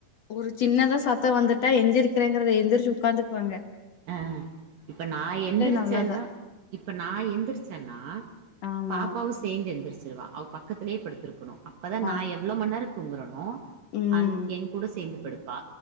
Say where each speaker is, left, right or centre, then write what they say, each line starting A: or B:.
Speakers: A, on the left; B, on the right.
A: ஒரு சின்னதா சாத் சத வந்துட்டா எந்திரக்கிறேங்கிறது எந்திரிச்சு உக்கந்துக்குவாங்க
B: ஆ இப்ப நா எந்திருச்சேன்னா
A: நல்லதா
B: இப்ப நா எந்திரிச்சன்னா
A: ஆமா
B: பாப்பாவு ஸ் சேந்து எந்திருச்சிடுவா அவ பக்கத்துலயே படுத்தத்துயிருக்கனு நா அப்பதா
A: ஆ
B: நா எவ்ளோ மண் நேர தூங்குறன்னோ
A: ம்
B: அன் என்கூட சேந்து படுப்பா